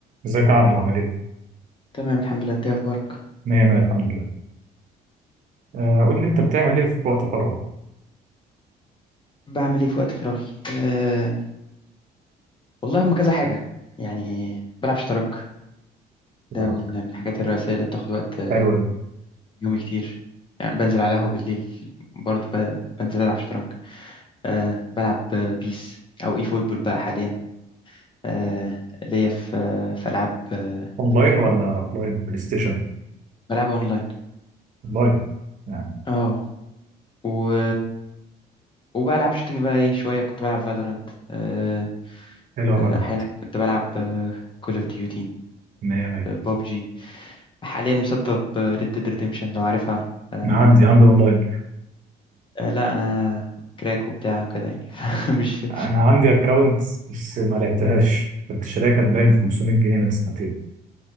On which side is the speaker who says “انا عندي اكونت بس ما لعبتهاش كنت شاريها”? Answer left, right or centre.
Right